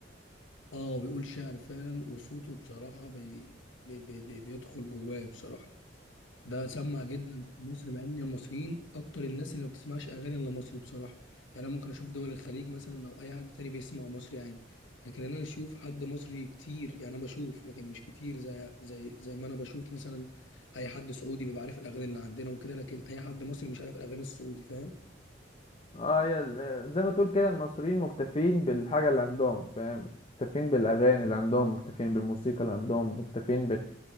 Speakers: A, on the left; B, on the left.
A: اه بيقول شعر فعلا وصوته بصراحة بي... بي... بي... بي- بيدخل جوايا بصراحة ده سمع جدا في مصر مع ان المصريين اكتر الناس اللي ما بتسمعش اغاني الا مصري بصراحه يعني انا ممكن اشوف دول الخليج مثلا او اي حد تاني بيسمع مصري عادي لكن انا اشوف حد مصري كتير يعني انا بشوف لكن مش كتير زي زي زي ما انا بشوف مثلا اي حد سعودي بيبقى عارف الاغاني اللي عندنا وكده لكن اي حد مصري مش عارف الاغاني السعودي فاهم
B: اه يا ال- زي ما تقول كده المصريين مكتفين بالحاجة اللي عندهم فاهم مكتفين بالأغاني اللي عندهم مكتفين بالموسيقى اللي عندهم مكتفين